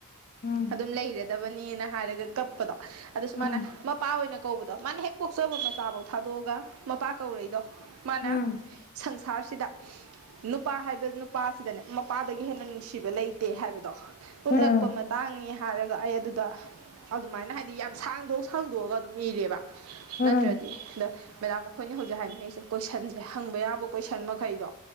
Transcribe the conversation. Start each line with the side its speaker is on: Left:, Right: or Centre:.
Left: ꯎꯝ
Right: ꯑꯗꯨꯝ ꯂꯩꯔ ꯗꯕꯅꯦꯅ ꯍꯥꯏꯔꯒ ꯀꯞꯄꯗꯣ ꯑꯗꯨꯁꯨꯨ
Left: ꯎꯝ
Right: ꯃꯥꯅ ꯃꯄꯥ ꯑꯣꯏꯅ ꯀꯧꯕꯗꯣ ꯃꯥꯅ ꯍꯦꯛ ꯄꯣꯛꯆꯕ ꯃꯆꯥꯕꯣꯛ ꯊꯥꯗꯣꯛꯑꯒ ꯃꯄꯥ ꯀꯧꯔꯛꯏꯗꯣ ꯃꯥꯅ
Left: ꯎꯝ
Right: ꯁꯪꯁ ꯁꯥꯔꯁꯤꯗ ꯅꯨꯄꯥ ꯍꯥꯏꯕ ꯅꯨꯄꯥꯁꯤꯗꯅꯦ ꯃꯄꯥꯗꯒꯤ ꯍꯦꯟꯅ ꯅꯨꯡꯁꯤꯕ ꯂꯩ ꯇꯦ ꯍꯥꯏꯕꯗꯣ ꯎꯠꯂꯛꯄ
Left: ꯎꯝ
Right: ꯃꯇꯥꯡꯅꯤ ꯍꯥꯏꯔꯒ ꯑꯩ ꯑꯗꯨ ꯗ ꯑꯗꯨꯃꯥꯏꯅ ꯍꯥꯏꯗꯤ ꯌꯥꯝ ꯁꯥꯡꯗꯣꯛ ꯁꯥꯡꯗꯣꯛꯑꯒ ꯑꯗꯨꯝ ꯏꯔꯦꯕ
Left: ꯎꯝ
Right: ꯅꯠꯇ꯭ꯔꯗꯤ ꯅ ꯃꯦꯗꯥꯝ ꯑꯈꯣꯏꯅꯤ ꯍꯧꯖꯤꯛ ꯍꯥꯏꯅꯩꯁꯦ ꯀꯣꯏꯁꯟꯖꯦ ꯍꯪꯕ ꯌꯥꯕ ꯀꯣꯏꯁꯟ ꯀꯩꯅꯣ